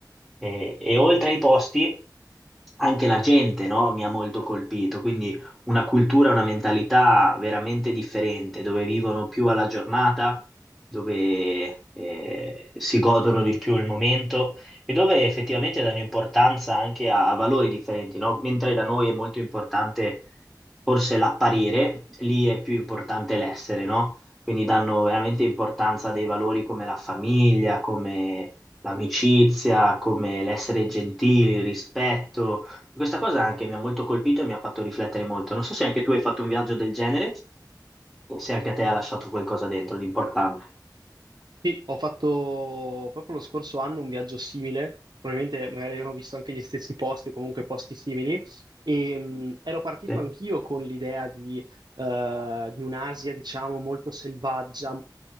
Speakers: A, in the centre; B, on the right (about 70°).
A: Eh, e oltre ai posti anche la gente, no, mi ha molto colpito, quindi una cultura, una mentalità veramente differente, dove vivono più alla giornata, dove eh, si godono di più il momento e dove effettivamente danno importanza anche a, a valori differenti, no? Mentre da noi è molto importante forse l'apparire, lì è più importante l'essere, no? Quindi danno veramente importanza a dei valori come la famiglia, come l'amicizia, come l'essere gentili, il rispetto questa cosa anche mi ha molto colpito e mi ha fatto riflettere molto. Non so se anche tu hai fatto un viaggio del genere e se anche a te ha lasciato qualcosa dentro di importante.
B: Sì, ho fatto proprio lo scorso anno un viaggio simile, probabilmente magari abbiamo visto anche gli stessi posti o comunque posti simili, e mh, ero partito
A: Sì,
B: anch'io con l'idea di, eh, di un'Asia, diciamo, molto selvaggia,